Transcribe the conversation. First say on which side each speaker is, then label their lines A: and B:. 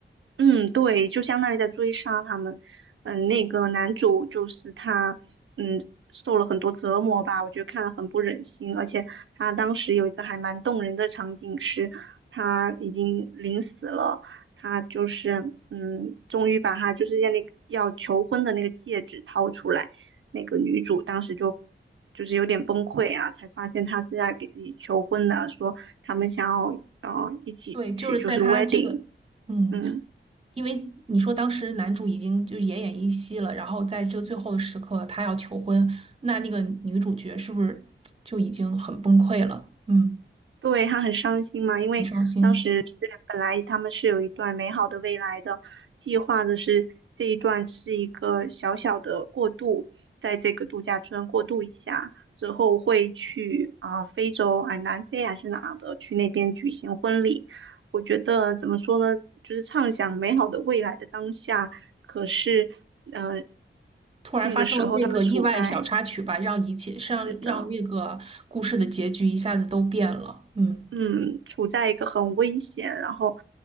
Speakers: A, on the right; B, on the right.
A: 嗯，对，就相当于在追杀他们。嗯，那个男主就是他，嗯，受了很多折磨吧，我觉得看了很不忍心。而且他当时有一个还蛮动人的场景是，他已经临死了，他就是，嗯，终于把他就是要那个要求婚的那个戒指掏出来，那个女主当时就就是有点崩溃啊，才发现他是在给自己求婚的，说他们想要呃一起去就是
B: 对，就是在他这个
A: wedding，
B: 嗯，
A: 嗯。
B: 因为你说当时男主已经就是奄奄一息了，然后在这个最后的时刻他要求婚，那那个女主角是不是就已经很崩溃了？嗯，
A: 对，他很伤心嘛，因为当时是本来他们是有一段美好的未来的计划的是，
B: 很伤心。
A: 这一段只是一个小小的过渡，在这个度假村过渡一下之后会去啊、非洲啊、南非还是哪的去那边举行婚礼。我觉得怎么说呢，就是畅想美好的未来的当下，可是嗯、呃
B: 突然发生了这个意外小插曲吧，
A: 那个时候他们处在
B: 让一切让让那个故事的结局一下子都变了。
A: 是的。
B: 嗯
A: 嗯，处在一个很危险，然后